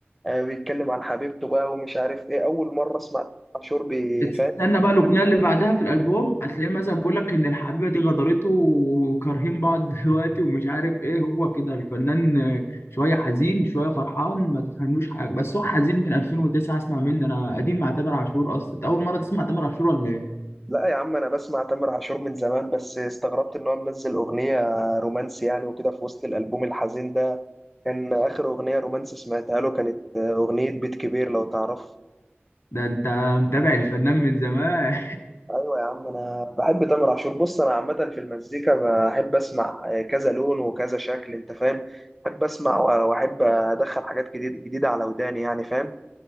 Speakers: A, in the centre; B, on the left.
A: آه بيتكلم عن حبيبته بقى ومش عارف ايه أول مرة اسمع تامر عاشور بيفهم
B: تستنى بقى الاغنيه اللي بعدها في الالبوم هتلاقيه مثلا بيقول لك ان الحبيبه دي غدرته وكارهين بعض <laughs> دلوقتي ومش عارف ايه هو كده الفنان شويه حزين شويه فرحان ما تفهملوش حاجه بس هو حزين من 2009 اسمع مني انا قديم مع تامر عاشور اصلا انت اول مره تسمع تامر عاشور ولا ايه
A: لا يا عم انا بسمع تامر عاشور من زمان بس استغربت ان هو منزل أغنية رومانسي يعني وكده في وسط الألبوم الحزين ده كان آخر أغنية رومانسي سمعتها له كانت آه، أغنية بيت كبير لو تعرف
B: ده انت متابع الفنان من زمان
A: أيوة يا عم أنا بحب تامر عاشور بص أنا عامة في المزيكا بحب أسمع آه، كذا لون وكذا شكل أنت فاهم بحب أسمع و- وأحب أدخل حاجات جديد جديدة على وداني يعني فاهم